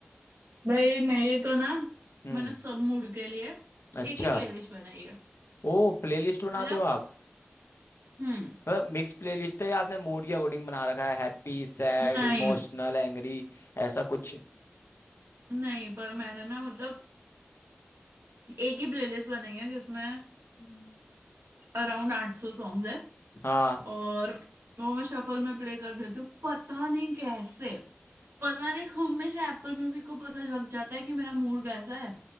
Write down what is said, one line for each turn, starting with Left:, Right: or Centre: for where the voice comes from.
Right: भाई मेरी तो ना
Left: हम्म
Right: मैंने सब मूड के लिए
Left: अच्छा
Right: एक ही प्लेलिस्ट बनाई है
Left: ओ प्लेलिस्ट बनाते
Right: मतलब
Left: हो आप
Right: हम्म
Left: मतलब मिक्स प्लेलिस्ट है या आपने मूड के अकॉर्डिंग बना रखा है हैप्पी सैड
Right: नहीं
Left: इमोशनल एंग्री ऐसा कुछ
Right: नहीं पर मैंने ना मतलब एक ही प्लेलिस्ट बनाई है जिसमें
Left: हम्म।
Right: अराउंड आठ सौ सॉन्ग्स है
Left: हाँ
Right: और वो मैं शफल में प्ले कर देती हूँ पता नहीं कैसे पता नहीं हमेशा एप्पल म्यूजिक को पता लग जाता है कि मेरा मूड कैसा है